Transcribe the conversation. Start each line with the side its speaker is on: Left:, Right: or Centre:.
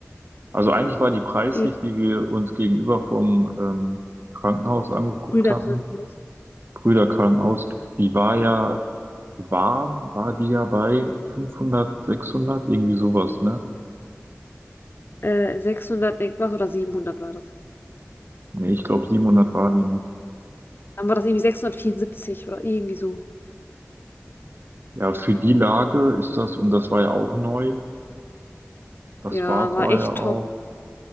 Right: Also eigentlich war die preislich,
Left: eh
Right: die wir uns gegenüber vom ähm, Krankenhaus angeguckt
Left: Brüder
Right: hatten,
Left: drin muss.
Right: Brüder Krankenhaus, die war ja warm, war die ja bei 500, 600, irgendwie sowas, ne?
Left: Äh, 600 irgendwas oder 700 war das.
Right: Nee, ich glaube 700 war die nicht.
Left: Dann war das irgendwie 674 oder irgendwie so.
Right: Ja, für die Lage ist das, und das war ja auch neu, das
Left: Ja,
Right: Bad
Left: war
Right: war
Left: echt
Right: ja auch,
Left: top.